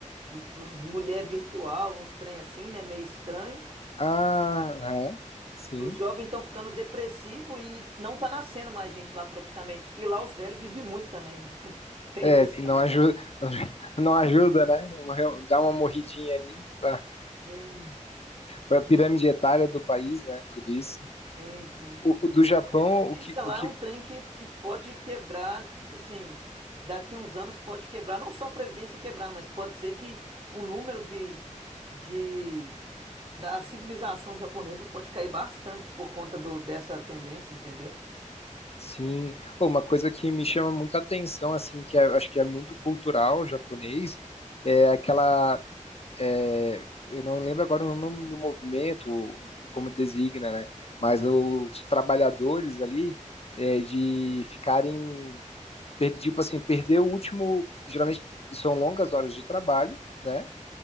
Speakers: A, on the right; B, on the left.
A: m- mulher virtual, uns trem assim, né? Meio estranho.
B: ah, é, sim.
A: Os jovens estão ficando depressivos e não tá nascendo mais gente lá praticamente. E lá os velhos vivem muito também, né? <laughs> Tem
B: É,
A: isso
B: não ajuda, <laughs> não ajuda, né? Morreu- Dá uma morridinha ali para
A: também.
B: a pirâmide etária do país, né? Tudo isso.
A: Sim, sim.
B: O, o do Japão,
A: A previdência
B: o que,
A: lá
B: o que
A: é um trem que, que pode quebrar, tipo assim, daqui uns anos pode quebrar, não só a previdência quebrar, mas pode ser que o número de, de da civilização japonesa pode cair bastante por conta do, dessa tendência, entendeu?
B: Sim, Ô, uma coisa que me chama muita atenção, assim, que é- acho que é muito cultural japonês, é aquela, é, eu não lembro agora o nome do movimento, o- o- como designa, né? Mas os trabalhadores ali, é, de ficarem, per- tipo assim, perder o último, geralmente são longas horas de trabalho, né?